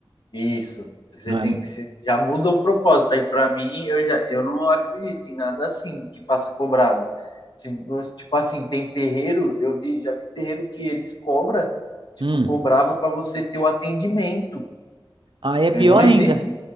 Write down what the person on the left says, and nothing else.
Isso. Você
tem
que se, já muda o propósito. Aí para mim eu já eu não acredito em nada assim que faça cobrado. Se, tipo assim, tem terreiro, eu vi, já vi terreiro que eles cobram tipo
cobrava para você ter o atendimento.
Não existe